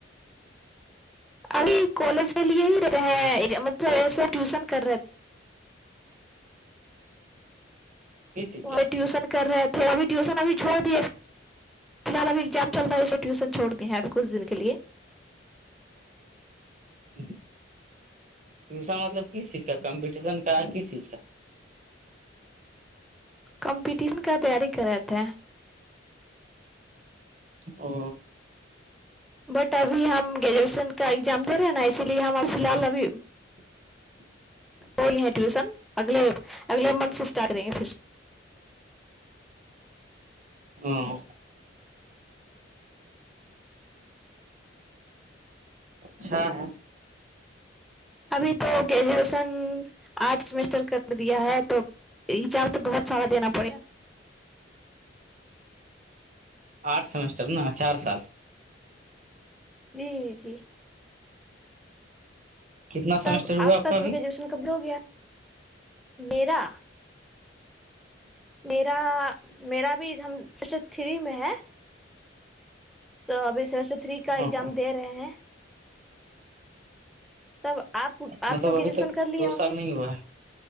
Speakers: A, in the centre; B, on the right.
A: ابھی کالج کے لیے ہی رہتا ہیں مطلب ایسا ٹیوشن کر رہے
B: کس چیز
A: وہ
B: کا
A: بھی ٹیوشن کر رہے تھے ابھی ٹیوشن ابھی چھوڑ دیے فی الحال ابھی ایگزام چل رہا ہے ٹیوشن چھو دی ہیں ابھی کچ دن کے لیے
B: ہ ٹیوشن مطلب کس چیز کا کمپٹیشن کا کس چیز کا
A: کمپٹیشن کا تیاری کر رہے تھے
B: او
A: بٹ ابھی ہم گریجویشن کا ایگزام دے رہے ہیں نا اسی لیے ہمار فی الحال ابھی
B: <inaudible>
A: وہی ہے ٹیوشن اگلے اگلے منتھ سے اسٹارٹ کریں گے پھر سے
B: ہاں اچھا ہے
A: ابھی تو گریجویشن آرٹ سمیسٹر کر دیا ہے تو یہ جار تو بہت سارا دینا پڑے گا
B: آٹھ سمیسٹر نا چار سال
A: جی جی جی
B: کتنا
A: تب
B: سیمسٹر ہوا
A: آپ کا تو
B: ابھی
A: گریجویشن کمپلیٹ ہو گیا میرا میرا میرا بھی ہم سکشن تھری میں ہے تو ابھی سمیسٹر تھری
B: ہ
A: کا ایگزام دے رہے ہیں تب آپ
B: مطلب
A: آپ تو
B: ابھی
A: گجوشن
B: تک
A: کر لیے
B: دو
A: ہوں
B: سال
A: گے
B: نہیں ہوا ہے